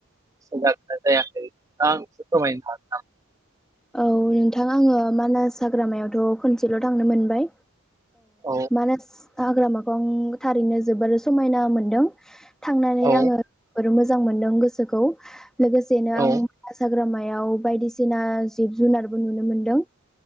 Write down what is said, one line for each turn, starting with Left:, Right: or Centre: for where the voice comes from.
Right: जागोना जायाखै आं एसे फोरमायनो थागोन नाम
Centre: औ नोंथां आङो मानास हाग्रामायावथ' खनसेल' थांनो मोनबाय
Right: हागोन
Centre: मानास हाग्रामाखौ आं थारैनो जोबोर समायना मोनदों थांनानै
Right: औ
Centre: आङो जोबोर मोजां मोजां मोनदों गोसोखौ लोगोसेनो
Right: औ
Centre: आं हाग्रामायाव बायदिसिना जिब जुनारबो नुनो मोनदों